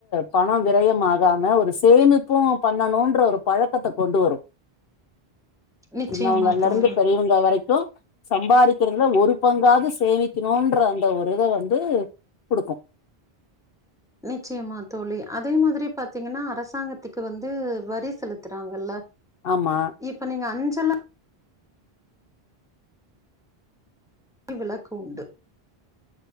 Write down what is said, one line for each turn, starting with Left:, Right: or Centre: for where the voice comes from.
Left: பணொ விரயம் ஆகாம ஒரு சேமிப்பு பண்ணணுன்ற பு பழக்கத்த கொண்டு வரு
Centre: நிச்சயமா
Left: சின்னவங்கள்லர்ந்து
Centre: தோழி.
Left: பெரியவங்க வரைக்கு சம்பாதிக்கிறதுல ஒரு <unintelligible> சேமிக்கிணுன்ற அந்த ஒ இத வந்து குடுக்கு
Centre: நிச்சயமாத் தோழி அதே மாதிரி பாத்தீங்கன்னா அரசாங்கத்துக்கு வந்து வரி செலுத்துறாங்கல்ல
Left: ஆமா
Centre: இப்ப நீங்க அஞ் <unintelligible> விளக்கு உண்டு